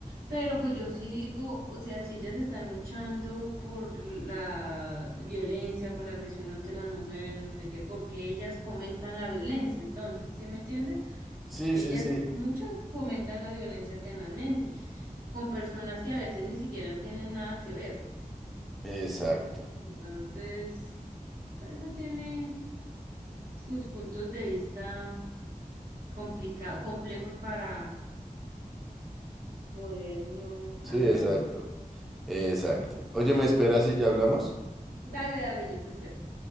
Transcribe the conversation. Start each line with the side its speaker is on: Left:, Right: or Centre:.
Right: pero pues yo sí digo, o sea, si ellas están luchando por la violencia, por la agresión ante las mujeres, no sé qué, porque ellas fomentan la violencia, entonces, ¿sí me entiendes?
Centre: Sí,
Right: Ellas,
Centre: sí, sí.
Right: muchas fomentan la violencia tenazmente, con personas que a veces ni siquiera tienen nada que ver.
Centre: Exacto.
Right: Entonces, eso tiene sus puntos de vista complicados, complejos para poder uno
Centre: Sí,
Right: hablarlos.
Centre: exacto. Exacto. Oye, ¿me esperas y ya hablamos?
Right: Dale, dale, yo te espero.